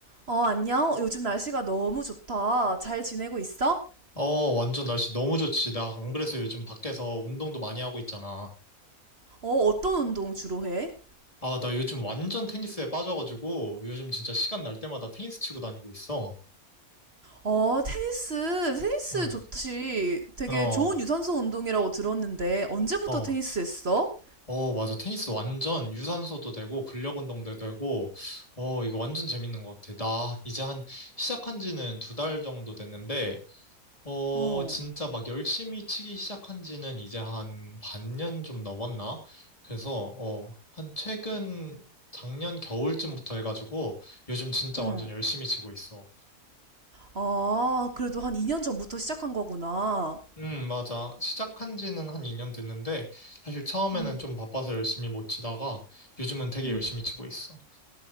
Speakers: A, on the right; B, on the left.
A: 어, 안녕. 요즘 날씨가 너무 좋다. 잘 지내고 있어?
B: 어, 완전 날씨 너무 좋지. 나 안 그래서 요즘 밖에서 운동도 많이 하고 있잖아.
A: 어, 어떤 운동 주로 해?
B: 아, 나 요즘 완전 테니스에 빠져가지고 요즘 진짜 시간 날 때마다 테니스 치고 다니고 있어.
A: 어, 테니스. 테니스
B: 응,
A: 좋지. 되게
B: 어,
A: 좋은 유산소 운동이라고 들었는데, 언제부터
B: 어,
A: 테니스 했어?
B: 어, 맞아. 테니스 완전 유산소도 되고 근력 운동도 되고, 어, 이거 완전 재밌는 것 같아. 나 이제 한 시작한 지는 두 달 정도 됐는데, 어,
A: 어,
B: 진짜 막 열심히 치기 시작한 지는 이제 한 반년 좀 넘었나? 그래서, 어, 한 최근 작년 겨울쯤부터 해가지고 요즘 진짜
A: 응.
B: 완전 열심히 치고 있어.
A: 아, 그래도 한 2년 전부터 시작한 거구나.
B: 음, 맞아. 시작한 지는 한 2년 됐는데 사실 처음에는
A: 응,
B: 좀 바빠서 열심히 못 치다가 요즘은 되게
A: 응.
B: 열심히 치고 있어.